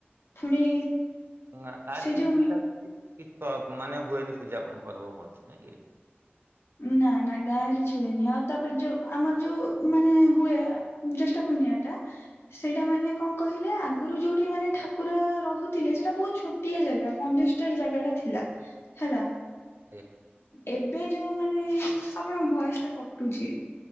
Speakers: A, on the left; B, on the right.
A: ପୁଣି
B: ନା ତାର
A: ସେ
B: <unintelligible>
A: ଯୋଉ
B: ମାନେ ହୁଏନି ପୂଜା ପର୍ବ ହୁଅନ୍ତି ନାଇଁ କେଇ।
A: ନା ନା ଗାଁ ରେ କିଛି ହୁଏନି, ଆଉ ତାପରେ ଯୋଉ ଆମର ଯୋଉ ମାନେ ହୁଏ ଜ୍ୟେଷ୍ଠ ପୁର୍ଣ୍ଣିମା ଟା ସେଇଟା ମାନେ କଣ କହିଲେ ଆଗରୁ ଯୋଉଠି ମାନେ ଠାକୁର ରହୁଥିଲେ ସେଇଟା ବହୁତ ଛୋ ଟିଆ ଜାଗା କଣ୍ଡେଷ୍ଟେଡ ଜାଗା ଟା ଥିଲା, ହେଲା।
B: ଆଜ୍ଞା।
A: ଏବେ ଯୋଉ ମାନେ ଆପଣଙ୍କ ଭଏସ ଟା କଟୁଛି।